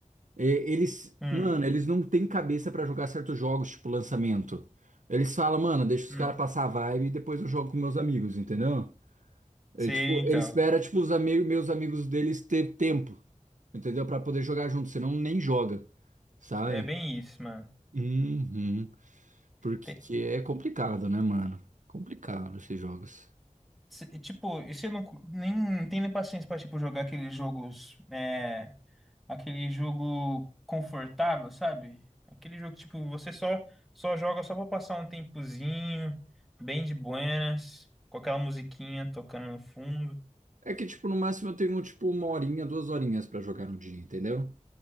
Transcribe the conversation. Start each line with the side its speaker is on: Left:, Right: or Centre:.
Right: É, eles,
Centre: hum,
Right: mano, eles não têm cabeça pra jogar certos jogos, tipo lançamento. Eles falam, mano, deixa os
Centre: hum.
Right: caras passar a vibe e depois eu jogo com meus amigos, entendeu? É,
Centre: Sim,
Right: tipo,
Centre: então,
Right: ele espera, tipo, os amigos, meus amigos deles ter tempo, entendeu? Pra poder jogar junto, senão nem joga, sabe?
Centre: é bem isso, mano.
Right: Uhum. Porque
Centre: Tem-
Right: é complicado, né, mano? Complicado esses jogos.
Centre: se- tipo, isso eu não, cu- nem, não tenho nem paciência pra, tipo, jogar aqueles jogos, eh, aquele jogo confortável, sabe? Aquele jogo que, tipo, você só só joga só pra passar um tempozinho, bem de buenas, com aquela musiquinha tocando no fundo.
Right: É que, tipo, no máximo eu tenho, tipo, uma horinha, duas horinhas pra jogar no dia, entendeu?